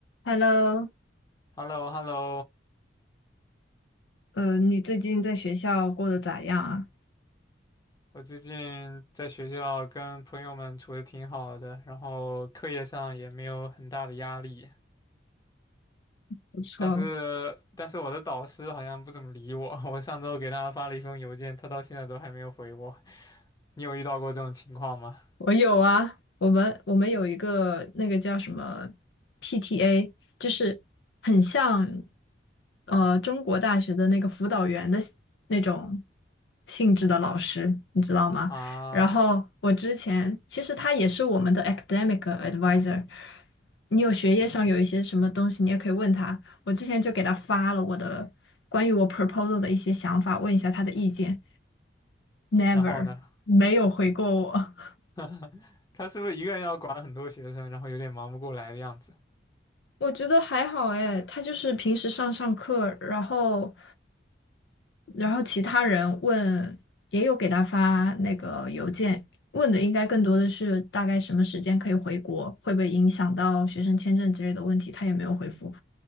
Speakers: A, on the left; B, on the left.
A: Hello，
B: h e l l o h e l l o
A: 呃，你最近在学校过得咋样啊？
B: 我最近在学校跟朋友们处的挺好的，然后课业上也没有很大的压力，
A: 不错，
B: 但是但是我的导师好像不怎么理我，<laughs> 我上周给他发了一封邮件，他到现在都还没有回我。你有遇到过这种情况吗？
A: 我有啊，我们我们有一个那个叫什么 PTA，就是很像呃中国大学的那个辅导员的那种性质的老师，你知道吗？
B: 啊，
A: 然后我之前其实他也是我们的 academic advisor，你有学业上有一些什么东西，你也可以问他。我之前就给他发了我的关于我 proposal 的一些想法，问一下他的意见，never
B: 然后呢？
A: 没有回过我。
B: <laughs> 他是不是一个人要管很多学生，然后有点忙不过来的样子？
A: 我觉得还好哎，他就是平时上上课，然后，然后其他人问，也有给他发那个邮件，问的应该更多的是大概什么时间可以回国，会不会影响到学生签证之类的问题，他也没有回复，